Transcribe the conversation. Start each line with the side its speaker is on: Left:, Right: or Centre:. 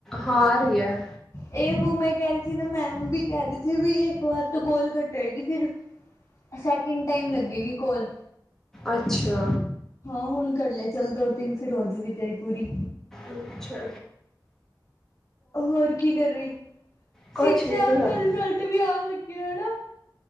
Centre: ਹਾ, ਆਂ ਰਹੀ ਐ।
Left: ਏ ਵੋ ਮੈਂ ਕਹਿ ਰਹੀ ਸੀ ਨਾ, ਮੈਮ ਵੀ ਕਹਿ ਰਹੀ ਥੀ ਬੀ, ਇੱਕ ਵਾਰ ਤਾਂ ਕੋਲ ਕੱਟੇਗੀ। ਫਿਰ ਸੈਕਿੰਡ ਟਾਈਮ ਲੱਗੇਗੀ ਕੋਲ
Centre: ਅੱਛਾ।
Left: ਹਾਂ ਹੁਣ ਕਰ ਲਏ ਚੱਲ ਦੋ ਤਿੰਨ ਫੇਰ ਹੋਜੇਗੀ ਤੇਰੀ ਪੂਰੀ
Centre: ਅੱਛਾ।
Left: ਹੋਰ ਕੀ ਕਰ ਰਹੀ
Centre: ਕੁਛ
Left: ਸੀਕਸ
Centre: ਨੀ ਤੂੰ ਦੱਸ
Left: ਦਾ ਰਿਜਲਟ ਵੀ ਆਣ ਲੱਗਿਆ ਹਨਾ